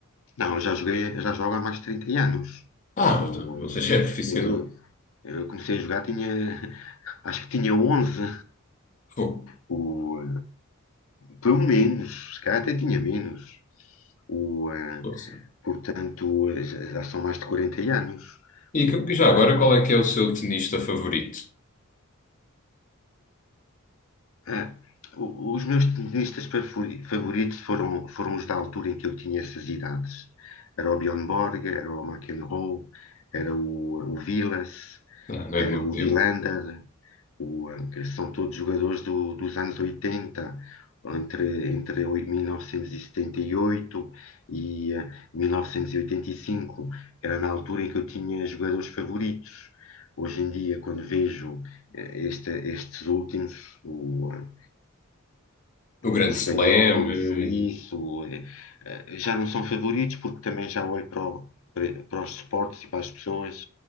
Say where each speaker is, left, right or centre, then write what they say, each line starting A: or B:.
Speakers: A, on the left (about 65°); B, on the left (about 35°).
A: Não, eu já joguei, eu já jogo há mais de 30 anos.
B: Ah,
A: O,
B: então, você já é profissional.
A: eu, eu comecei a jogar, tinha, <laughs> acho que tinha onze
B: Fogo.
A: o, pelo menos, se calhar até tinha menos. O, eh,
B: Poça.
A: portanto, eh, já já são mais de 40 anos.
B: E
A: O,
B: que- já agora,
A: eh,
B: qual é que é o seu tenista favorito?
A: ah, o- os meus tenistas favori- favoritos foram, foram os da altura em que eu tinha essas idades. Era o Bjorn Borg, era o McEnroe, era o, o Vilas,
B: Ah, não é
A: era
B: do meu
A: o
B: tempo.
A: Wilander, O, eh, são todos jogadores do- dos anos 80, entre, entre oi- 1978 e setenta e oito e eh, 1985. Era na altura em que eu tinha jogadores favoritos. Hoje em dia, quando vejo eh, este- estes últimos, o, eh,
B: O Grande
A: o espanhol,
B: Slam. eh,
A: o suíço, eh, eh, já não são favoritos porque também já olho para, o- para- para os esportes e para as pessoas